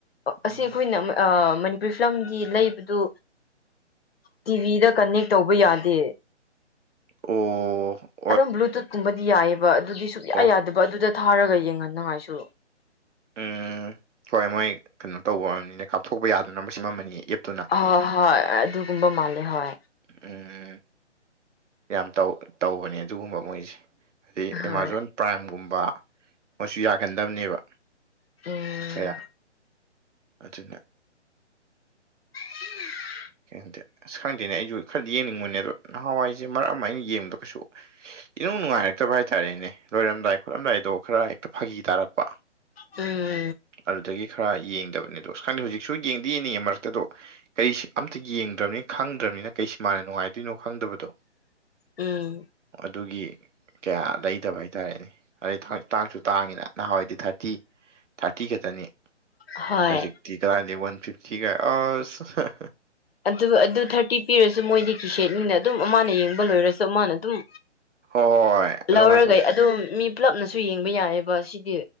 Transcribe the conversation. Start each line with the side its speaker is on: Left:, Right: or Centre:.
Right: ꯎꯝ
Left: ꯑꯁꯤ ꯑꯩꯈꯣꯏꯅ ꯃꯅꯤꯄꯨꯔꯤ ꯐꯤꯂꯝꯒꯤ ꯂꯩꯕꯗꯨ ꯇꯤꯚꯤꯗ ꯀꯅꯦꯛ ꯇꯧꯕ ꯌꯥꯗꯦ
Right: ꯑ
Left: ꯑꯗꯨꯝ ꯕ꯭ꯂꯨꯇꯨꯠꯀꯨꯝꯕꯗꯤ ꯌꯥꯏꯑꯕ ꯑꯗꯨꯗꯤ ꯁꯨꯡꯌꯥ
Right: ꯑꯣ
Left: ꯌꯥꯗꯕ ꯑꯗꯨꯗ ꯊꯥꯔꯒ ꯌꯦꯡꯍꯟꯅꯉꯥꯏꯁꯨ
Right: ꯎꯝ ꯍꯣꯏ ꯃꯣꯏ ꯀꯩꯅꯣ ꯇꯧꯕ ꯑꯣꯏꯝꯅꯤꯅ ꯀꯥꯞꯊꯣꯛꯄ ꯌꯥꯗꯅꯕ ꯃꯁꯤꯃꯃꯜꯅꯤ ꯑꯦꯞꯇꯨꯅ
Left: ꯍꯣꯏ ꯍꯣꯏ ꯑꯗꯨꯒꯨꯝꯕ ꯃꯥꯜꯂꯦ ꯍꯣꯏ
Right: ꯑꯣ ꯌꯥꯝ ꯇꯧꯕꯅꯦ ꯑꯗꯨꯒꯨꯝꯕ ꯃꯣꯏꯁꯦ ꯑꯗꯩ
Left: ꯍꯣꯏ
Right: ꯑꯦꯃꯥꯖꯣꯟ ꯄ꯭ꯔꯥꯏꯝꯒꯨꯝꯕ ꯑꯃꯁꯨ ꯌꯥꯒꯟꯗꯕꯅꯦꯕ
Left: ꯎꯝ
Right: ꯀꯌꯥ ꯑꯗꯨꯅ
Left: ꯎꯝ
Right: ꯀꯩ ꯈꯗꯦ ꯑꯁ ꯈꯪꯗꯦꯅꯦ ꯑꯩꯁꯨ ꯈꯔꯗꯤ ꯌꯦꯡꯅꯤꯡꯕꯅꯦ ꯑꯗꯣ ꯅꯍꯥꯟꯋꯥꯏꯁꯦ ꯃꯔꯛ ꯑꯃ ꯑꯩꯅ ꯌꯦꯡꯕꯗ ꯀꯩꯁꯨ ꯏꯅꯨꯡ ꯅꯨꯡꯉꯥꯏꯔꯛꯇꯕ ꯍꯥꯏꯇꯥꯔꯦꯅꯦ ꯂꯣꯏꯔꯝꯗꯥꯏ ꯈꯣꯠꯂꯝꯗꯥꯏꯗꯣ ꯈꯔ ꯍꯦꯛꯇ ꯐꯥꯒꯤ ꯇꯥꯔꯛꯄ
Left: ꯎꯝ
Right: ꯑꯗꯨꯗꯒꯤ ꯈꯔ ꯌꯦꯡꯗꯕꯅꯦꯗꯣ ꯑ ꯈꯗꯤ ꯍꯧꯖꯤꯛꯁꯨ ꯌꯦꯡꯗꯤ ꯌꯦꯡꯅꯤꯡꯉꯦ ꯃꯔꯛꯇꯗꯣ ꯀꯔꯤꯁ ꯑꯝꯇ ꯌꯦꯡꯗ꯭ꯔꯕꯅꯤ ꯈꯪꯗ꯭ꯔꯕꯅꯤꯅ ꯀꯩꯁꯨꯃꯥꯟꯅ ꯅꯨꯡꯉꯥꯏꯗꯣꯏꯅꯣ ꯈꯪꯗꯕꯗꯣ
Left: ꯎꯝ
Right: ꯑꯗꯨꯒꯤ ꯀꯌꯥ ꯂꯩꯗꯕ ꯍꯥꯏꯇꯥꯔꯦꯅꯦ ꯑꯗꯩ ꯇꯥꯡꯁꯨ ꯇꯥꯡꯉꯤꯅ ꯅꯍꯥꯟꯋꯥꯏꯗꯤ ꯊꯥꯔꯇꯤ ꯊꯥꯔꯇꯤ ꯈꯛꯇꯅꯤ
Left: ꯍꯣꯏ
Right: ꯍꯧꯖꯤꯛꯇꯤ ꯀꯗꯥꯏꯗ ꯋꯥꯟ ꯐꯤꯐꯇꯤꯒ ꯑꯁ
Left: ꯑꯗꯨ ꯑꯗꯨ ꯊꯥꯔꯇꯤ ꯄꯤꯔꯁꯨ ꯃꯣꯏꯗꯤ ꯀꯤꯁꯦꯠꯅꯤꯅ ꯑꯗꯨꯝ ꯑꯃꯅ ꯌꯦꯡꯕ ꯂꯣꯏꯔꯁꯨ ꯑꯃꯅ ꯑꯗꯨꯝ
Right: ꯍꯣꯏ ꯍꯣꯏ ꯑꯗꯨꯝ
Left: ꯂꯧꯔꯒꯩ
Right: ꯉꯥꯏꯊꯣꯛ
Left: ꯑꯗꯨ ꯃꯤ ꯄꯨꯂꯞꯅꯁꯨ ꯌꯦꯡꯕ ꯌꯥꯏꯑꯕ ꯁꯤꯗꯤ